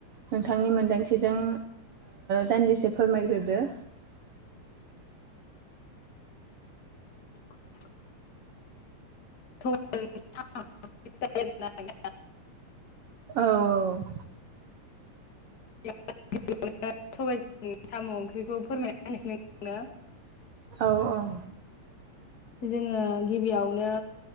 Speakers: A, on the right; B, on the left.
A: नोंथांनि मोनदांथिजों दान्दिसे फोरमायग्रोदो।
B: <inaudible> <unintelligible>
A: औ औ
B: <unintelligible> स साम' ओंख्रिखौ फोरमायना होनसै आंनो
A: औ औ
B: जोङो गिबियावनो